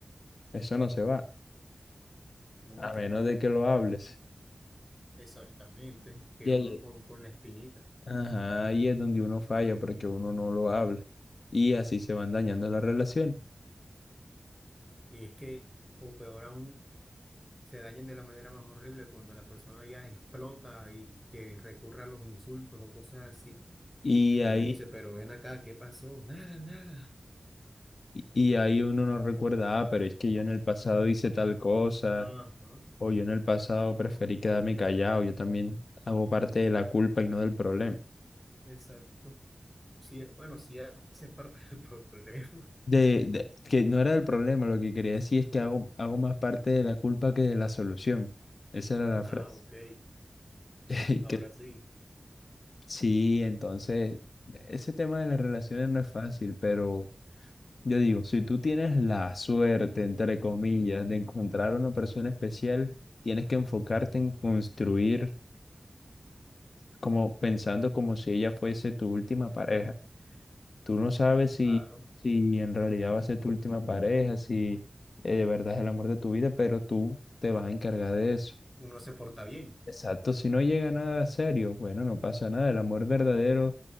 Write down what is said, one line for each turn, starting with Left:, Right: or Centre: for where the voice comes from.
Left: eso no se va,
Centre: Nunca.
Left: a menos de que lo hables.
Centre: Exactamente. queda
Left: Y ahí,
Centre: uno con, con la espinita.
Left: ajá, ahí es donde uno falla porque uno no lo habla y así se van dañando las relaciones.
Centre: Y es que, o peor aún, se dañen de la manera más horrible cuando la persona ya explota y que recurra a los insultos o cosas así.
Left: Y ahí,
Centre: Y uno dice, pero ven acá, ¿qué pasó? Nada, nada.
Left: y ahí uno no recuerda, ah, pero es que yo en el pasado hice tal cosa,
Centre: Ajá,
Left: o yo en el pasado preferí quedarme callado, yo también hago parte de la culpa y no del problema.
Centre: exacto. Sí, bueno, sí hace parte del problema.
Left: De,
Centre: <laughs>
Left: de- que no era del problema, lo que quería decir es que hago, hago más parte de la culpa que de la solución. Esa era la
Centre: Ah,
Left: frase.
Centre: ok.
Left: <laughs> Y
Centre: Ahora
Left: que,
Centre: sí,
Left: sí, entonces, ese tema de las relaciones no es fácil, pero... Yo digo, si tú tienes la suerte, entre comillas, de encontrar a una persona especial, tienes que enfocarte en construir como pensando como si ella fuese tu última pareja. Tú no sabes si,
Centre: claro.
Left: si en realidad va a ser tu última pareja, si eh, de verdad es el amor de tu vida, pero tú te vas a encargar de eso.
Centre: Uno se porta bien.
Left: Exacto, si no llega nada serio, bueno, no pasa nada. El amor verdadero